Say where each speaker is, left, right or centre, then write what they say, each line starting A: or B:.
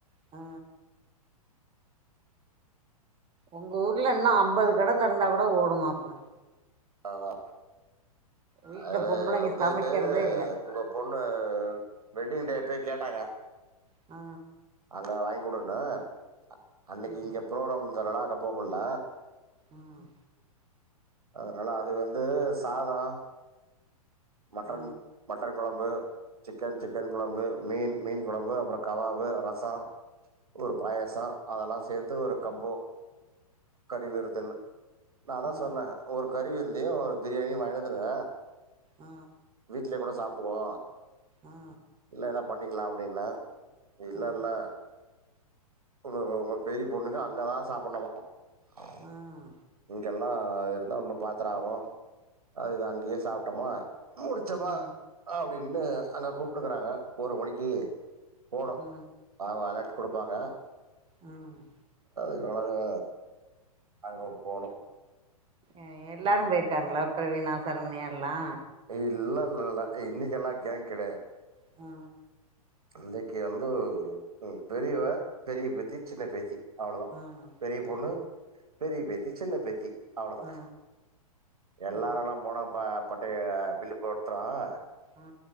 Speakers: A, on the right (about 25°); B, on the right (about 75°).
A: அ உங்க ஊர்ல இன்னு அம்பது கட தெறந்தா கூட ஓடுமாப்ல
B: ஆமா
A: வீட்ல
B: அது
A: பொம்பளைங்க
B: வந்து
A: சமைக்கிறதே இல்ல
B: உங்க பொண்ணு வெட்டிங் டே ப்பவே கேட்டாங்க
A: அ
B: நா வாங்கி குடுண்ண அ அன்னைக்கு
A: ஆ
B: இங்க ப்ரோக்ராம் இத்தன நாளா அங்க போகல
A: ம்
B: அதனால அது வந்து சாதம் மட்டன்
A: ஆ
B: மட்டன் கொழம்பு சிக்கன் சிக்கன் கொழம்பு மீன் மீன் கொழம்பு அப்புறம் கபாபு ர சம் ஒரு பாயசம் அதெல்லாம் சேர்த்து ஒரு கம்போ கறிவிருத்தன் நா தா
A: ஆ
B: சொன்னே ஒரு கரி வி <unintelligible> யும் ஒரு பிரியாணி வாங்கிடு வந்திருவ
A: ஆ
B: வீட்ல கூட சாப் டுவோ
A: ஆ
B: இல்ல எதா பண்ணிக்கலாம் அப்டின இல்ல
A: ஆ
B: இல்ல ஒங் ஒங்க பெரிய பொண்ணுக்கு அங்கதான் சாப்புண்ணும் <unintelligible>
A: ஆ
B: இங்கெல்லா இருந்தா ஒன்னும் பாத்திர ஆகும் அ இது அங்கேயே சாப்பிட்டோமா முடிச்சமா
A: ஆ
B: ஆ அப்படின்னு அங்க கூப்பிட்டுக்கறாங்க ஒரு மணிக்கு போனோம்
A: ஆ
B: அவங்க அலர்ட் கொடுப்பாங்க
A: ம்
B: அழகா அங்க போனு
A: எ எல்லாரும் போயிருக்காங்களா பிரவீணா சரண்யல்லா
B: இல்ல இல்லல்ல இன்னிக்கெல்லாம் கேங் கிடையாது
A: ஆ
B: அந்தைக்கு வந்து ம் பெரியவ பெரிய பேத்தி சின்ன பேத்தி அவ்வளோதான்
A: ஆ
B: பெரிய பொண்ணு
A: ஆ
B: பெரிய பேத்தி சின்ன பேத்தி அவ்ளோ தா
A: ஆ
B: எல்லாரு
A: மூணு
B: எல்லா போனாப்ப பட்டே பில்லு போடுத்துறான்
A: ஆ